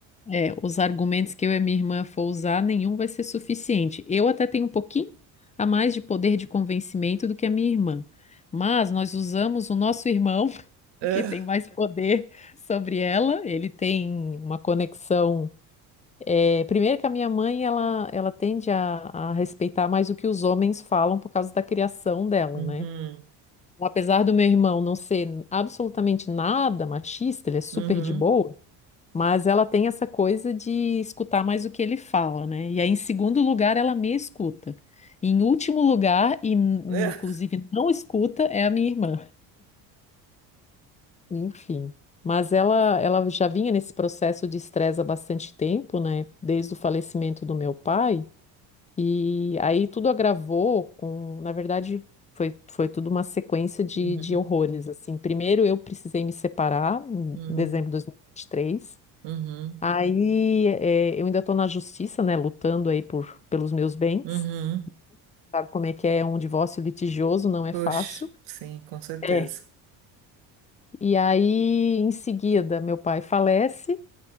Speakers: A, on the left; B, on the right.
A: É, os argumentos que eu e a minha irmã for usar, nenhum vai ser suficiente. Eu até tenho um pouquinho a mais de poder de convencimento do que a minha irmã. Mas nós usamos o nosso irmão,
B: Ah,
A: <laughs> que tem mais poder sobre ela. Ele tem uma conexão. é, primeiro que a minha mãe, ela, ela tende a, a respeitar mais o que os homens falam por causa da criação dela,
B: Uhum,
A: né? Apesar do meu irmão não ser absolutamente nada machista, ele é super
B: uhum,
A: de boa. Mas ela tem essa coisa de escutar mais o que ele fala, né? E aí, em segundo lugar, ela me escuta. E em último lugar, e n-
B: <laughs> ah,
A: inclusive não escuta, é a minha irmã. Enfim. Mas ela, ela já vinha nesse processo de estresse há bastante tempo, né? Desde o falecimento do meu pai. E aí tudo agravou com, na verdade, foi, foi tudo uma sequência de,
B: uhum,
A: de horrores, assim. Primeiro eu precisei me separar em
B: uhum,
A: dezembro de 2023.
B: uhum,
A: Aí eh, eu ainda estou na justiça, né, lutando aí por, pelos meus bens.
B: uhum.
A: Sabe como é que é um divórcio litigioso, não é
B: Puxa,
A: fácil.
B: sim, com certeza.
A: É. E aí, em seguida, meu pai falece